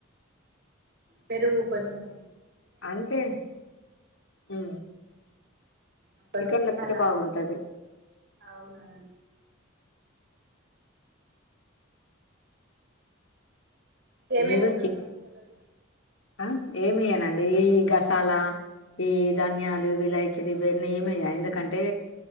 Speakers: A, on the right; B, on the left.
A: పెరుగు కొంచం
B: అంతే ఊ
A: ఒక
B: చికెన్ల
A: స్పూన్
B: పెర
A: అలా
B: బాగుంటది
A: అవునవును జేమేశ్వరం
B: మీరు చికెన్
A: మాసాలలు
B: ఆ ఏమయ్యానండి ఈ గసాల ఈ ధన్యాలు విలాయిచీలు ఇవన్నీ ఏమయ్యా ఎందుకంటే